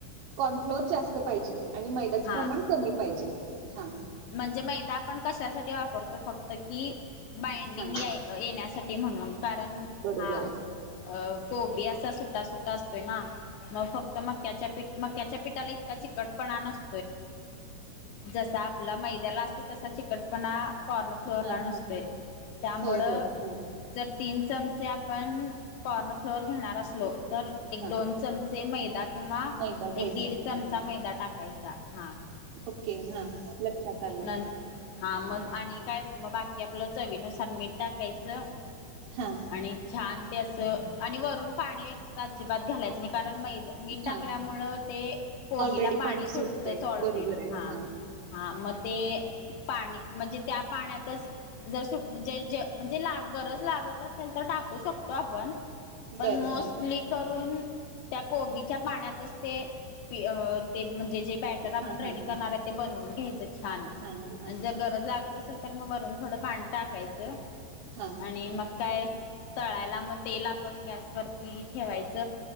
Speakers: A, on the right (about 80°); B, on the left (about 75°).
A: कॉर्नफ्लोअर जास्त पाहिजे. आणि मैद्याचं
B: हा
A: प्रमाण कमी पाहिजे हा
B: म्हणजे मैदा आपण कशासाठी वापतो फक्त कि बाइंडिंग
A: हा
B: येण्यासाठी म्हणून कारण हा
A: बरं.
B: अ कोबी असा सुट्टा सुट्टा असतोय ना मग फक्त मक्याच्या पीठ मक्याच्या पिठाला त्या चिकटपण णस जसा आपलं मैद्याला असते तसा चिकटपणा कॉर्न फ्लोअर
A: हा
B: ला नसतोय.
A: हा
B: त्यामुळ
A: होय होय हा
B: जर तीन चमचे आपण कॉर्न फ्लोअर घेणार असलो, तर एक
A: हा
B: दोन चमचे मैदा किंवा
A: मैदा घ्यायचा
B: एक दीड
A: हा
B: चमचा मैदा टाक हां.
A: ओके हा लक्षात. आलं
B: न हा मग आणि काय म बाकी आपलं चवीनुसार मी टाकायच
A: हा
B: आणि छान ते असं आणि वरून पा एक्स्ट्रा अजिबात घालायच नाही कारण मै मीठ टाकल्यामुळे
A: हा
B: ते कोबीला
A: ऑलरेडी
B: पाणी सु
A: सुटतंय
B: ऑलरेडी
A: बरोबर आहे
B: हा हा मग ते पा म्हणजे त्या पाण्यात जरे म्हणजे गरज लागत अस टाकू शकतो आपण पण
A: बरं
B: मोस्टली
A: हा
B: करून त्या कोबीच्या पाण्यातच ते ते म्हणजे जे बॅटर आपण
A: हां हां
B: रेडी
A: हां
B: करणार आहे ते बनवून घ्यायचं छान
A: हां हां
B: आणि जर गरज लागत असेल तर मग वरून थोडं पाणी टाकाय च
A: हां
B: आणि मग काय तळायला मग तेल आ पण गॅस वरती ठेवायच,